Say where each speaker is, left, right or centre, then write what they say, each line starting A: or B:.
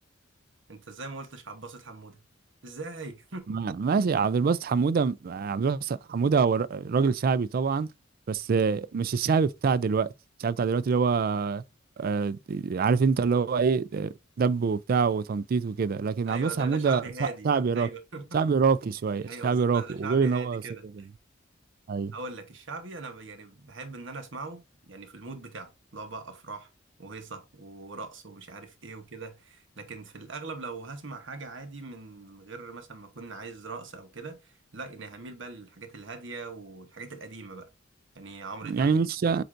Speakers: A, on the right; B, on the right.
A: انت ازاي ما قلتش عباسة حموده ازاي
B: ما- ماشي عبد الباسط حمودة عبد الباسط حمودة هو ر- راجل شعبي طبعا بس آه، مش الشعبي بتاع دلوقتي الشعبي بتاع دلوقتي اللي هو آه، عارف انت اللي هو ايه دب وبتاع وتنطيط وكده لكن
A: ايوه
B: عبد الباسط
A: ده
B: حمودة
A: ده شعبي
B: شع-
A: هادي
B: شعبي راقي
A: ايوه <laughs>
B: شعبي راقي شوية
A: ايوه
B: شعبي
A: بالظبط
B: راقي
A: ده ده
B: وغير
A: شعبي
B: ان
A: هادي
B: هو
A: كده
B: صوته جميل. ايوه
A: اقول لك الشعبي انا ب- يعني بحب ان انا اسمعه يعني في المود بتاعه لو بقى افراح وهيصه ورقص ومش عارف ايه وكده لكن في الاغلب لو هسمع حاجه عادي من غير مثلا ما اكون عايز رقص او كده لا يعني هميل بقى للحاجات الهاديه والحاجات القديمه بقى يعني عمرو
B: يعني
A: دياب
B: مش